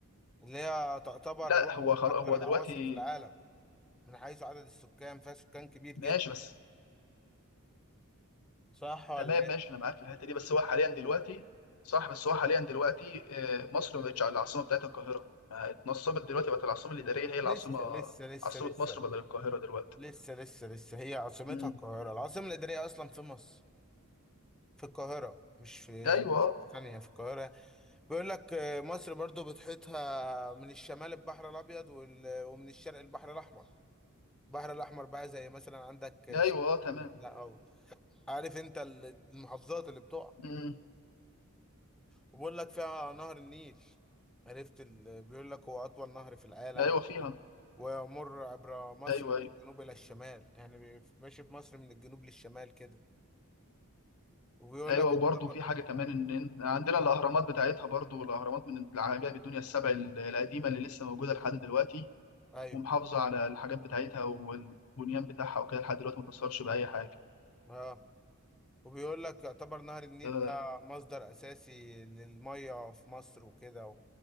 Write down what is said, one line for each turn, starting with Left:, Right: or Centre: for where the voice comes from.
Centre: اللي هي تعتبر
Left: لا
Centre: واحدة
Left: هو
Centre: من
Left: خلاص
Centre: اكبر
Left: هو
Centre: العواصم
Left: دلوقتي
Centre: في العالم من حيث عدد السكان فيها سكان كبير
Left: ماشي
Centre: جدا
Left: بس
Centre: صح ولا
Left: تمام
Centre: ايه
Left: ماشي انا معاك في الحته دي بس هو حاليا دلوقتي صح بس هو حاليا دلوقتي آه مصر ما بقتش العاصمه بتاعتها القاهره ما اتنصبت دلوقتي بقت العاصمه الاداريه هي العاصمه
Centre: لسه لسه لسه
Left: عاصمه
Centre: لسه
Left: مصر بدل القاهره دلوقتي
Centre: لسه لسه لسه هي عاصمتها
Left: امم
Centre: القاهرة العاصمة الإدارية أصلا في مصر في القاهرة مش في
Left: ايوه
Centre: يعني مش في ثانية في القاهرة بيقول لك آه، مصر برضو بتحيطها من الشمال البحر الأبيض وال- ومن الشرق البحر الأحمر البحر الأحمر بقى زي مثلا عندك آه،
Left: ايوه
Centre: شرق
Left: تمام
Centre: لا أو عارف أنت ال- المحافظات اللي بتقع
Left: امم
Centre: وبيقول لك فيها نهر النيل عرفت ال... بيقول لك هو أطول نهر في العالم
Left: ايوه فيها
Centre: ويمر عبر مصر
Left: ايوه ايوه
Centre: من الجنوب إلى الشمال يعني بي- ماشي في مصر من الجنوب للشمال كده وبيقول
Left: ايوه
Centre: لك
Left: وبرضه
Centre: يعتبر
Left: في حاجه كمان ان إن عندنا الاهرامات بتاعتها برضه الاهرامات من العجائب الدنيا السبع ال- القديمه اللي لسه موجوده لحد دلوقتي
Centre: أيوه
Left: ومحافظه على الحاجات بتاعتها والبنيان بتاعها وكده لحد دلوقتي ما اتأثرش باي حاجه
Centre: آه وبيقول لك يعتبر نهر النيل
Left: آه،
Centre: ده مصدر أساسي للمية في مصر وكده و...